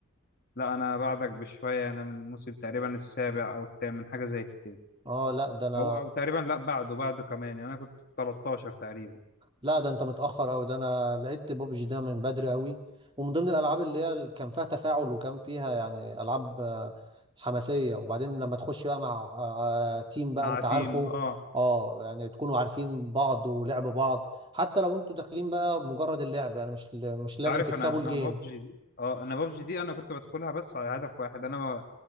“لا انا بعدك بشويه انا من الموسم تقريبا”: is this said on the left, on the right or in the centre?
Left